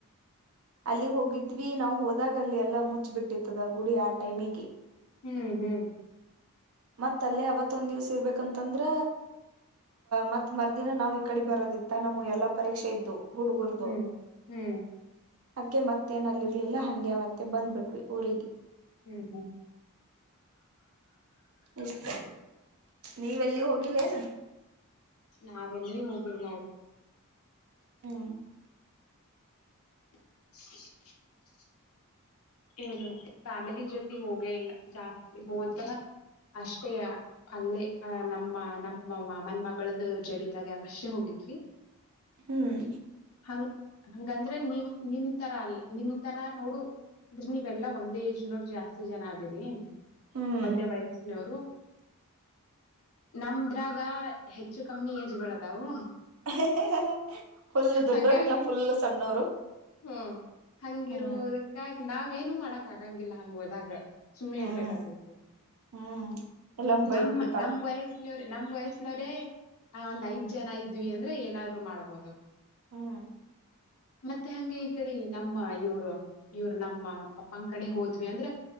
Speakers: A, on the right (about 70°); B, on the left (about 75°).
A: ಅಲ್ಲಿ ಹೋಗಿದ್ವಿ ನಾವು ಹೋದಾಗ ಅಲ್ಲಿ ಎಲ್ಲ ಮುಚ್ಬಿಟ್ಟಿತ್ತದ ಗುಡಿ ಆ ಟೈಮಿಗೆ.
B: ಹ್ಮ್ ಹ್ಮ್
A: ಮತ್ತಲ್ಲೇ ಅವತ್ತು ಇತ್ತೊಂದ್ ದಿವ್ಸ ಇರ್ಬೇಕಂತಂದ್ರ ಮತ್ ಮರ್ದಿನ ನಾವ್ ಇ ಕಡೆ ಬರೋದಿತ್ತ ನಮ್ ಎಲ್ಲಾ ಪರೀಕ್ಷೆ ಇದ್ದು. ಹುಡುಗುರ್ದು
B: ಹ್ಮ್ ಹ್ಮ್
A: ಅದ್ಕೆ ಮತ್ತೇನಲ್ಲಿರ್ಲಿಲ್ಲ ಹಂಗೆ ಅವತ್ತೆ ಬಂದ್ಬಿಟ್ವಿ ಊರಿಗೆ.
B: ಹ್ಮ್ ಹ್ಮ್
A: ಎಷ್ಟ ನೀವ ಎಲ್ಲಿ ಹೋಗಿಲ್ಲೆನ.
B: ನಾವ ಎಲ್ಲಿ ಹೋಗಿಲ್ ನೋಡ.
A: ಹ್ಮ್
B: <unintelligible> ಏನು ಫ್ಯಾಮಿಲಿ ಜೊತೆ ಹೋಗೇ ಇಲ್ಲ ಜಾಸ್ತಿ ಹೋದ ಅಷ್ಟೇ ಅಲ್ಲೇ ಅ ನಮ್ಮ ನಮ್ಮ ಮಾಮನ್ ಮಗಳ್ದ ಜಡಿ ತಗ್ಯಾಕಷ್ಟೇ ಹೋಗಿದ್ವಿ.
A: ಹ್ಮ್
B: ಹಂಗ ಹಂಗಂದ್ರೆ ನಿಮ ನಿಮ ತರ ಅಲ್ ನಿಮ ತರ ನೋಡು ಅಂದ್ರ ನೀವೆಲ್ಲಾ ಒಂದೇ ಏಜ್ನೋರ್ ಜಾಸ್ತಿ ಜನ ಅದಿರಿ.
A: ಹ್ಮ್
B: ಒಂದೇ ವಯಸ್ಸಿನವರು. ನಮ್ದ್ರಾಗ ಹೆಚ್ಚು ಕಮ್ಮಿ ಏಜಗೋಳ್ ಅದಾವು.
A: ಹೇ ಹೇ ಹೇ ಫುಲ್ ದೊಡ್ಡೋರು
B: ಹಂಗಾಗಿ
A: ಇಲ್ಲ ಫುಲ್ ಸಣ್ಣೋರು.
B: ಹ್ಮ್ ಹಂಗಿರುವುದಕ್ಕಾಗಿ
A: ಹ್ಮ್
B: ನಾವ ಏನು ಮಾಡಕ್ ಆಗಂಗಿಲ್ಲ ಹಂಗ ಹೋದಾಗ. ಸುಮ್ಮನೆ
A: ಹ್ಮ್
B: ಇರ್ಬೇಕಕಾಕೈತಿ
A: ಹ್ಮ್ ಎಲ್ಲಮ್ ಬೈದ್
B: ನಮ್ಮ
A: ಬಿಡ್ತಾರ
B: ನಮ ವಯಸ್ಸಿನವ್ರ ನಮ್ ವಯಸ್ಸನವ್ರೇ ಆ ಒಂದ್ ಐದ್ ಜನ ಇದ್ವಿ ಅಂದ್ರೆ ಏನಾದ್ರು ಮಾಡ್ಬೋದು.
A: ಹ್ಮ್
B: ಮತ್ತೆ ಹಂಗೆ ಈ ಕಡೆ ನಮ್ಮ ಇವರು ಇವರು ನಮ್ಮ ಪಪ್ಪನ್ ಕಡೆ ಹೋದ್ ಅಂದ್ರೆ